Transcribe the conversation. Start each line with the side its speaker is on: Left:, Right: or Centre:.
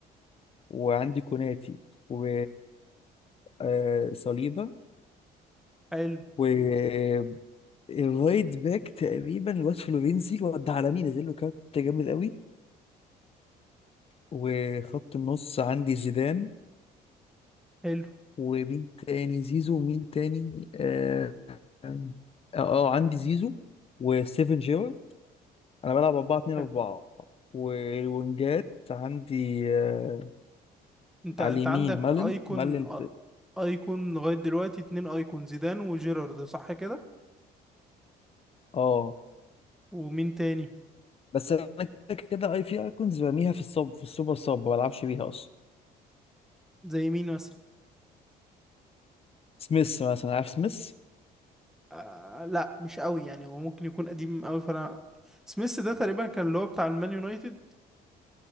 Left: وعندي كوناتي و آه صليبة
Centre: حلو
Left: و آه، الرايت باك تقريبا الواد فلورينزي الواد ده عالمي نزل له كارت جامد قوي وخط النص عندي زيدان
Centre: حلو
Left: ومين تاني زيزو ومين تاني اه اه آه، عندي زيزو وستيفن جيرو انا بلعب 4 2
Centre: حلو
Left: 4 والونجات عندي آه
Centre: انت
Left: على
Centre: انت
Left: اليمين
Centre: عندك
Left: مالن
Centre: ايكون
Left: مالن ت-
Centre: ايكون لغاية دلوقتي اتنين ايكون زيدان وجيرارد صح كده
Left: اه
Centre: ومين تاني
Left: بس انا كده كده اي في ايكونز برميها في الصب في السوبر صب ما بلعبش بيها اصلا
Centre: زي مين مثلا
Left: سميث مثلا عارف سميث
Centre: آه لا مش قوي يعني هو ممكن يكون قديم قوي فانا سميث ده تقريبا كان اللي هو بتاع المان يونايتد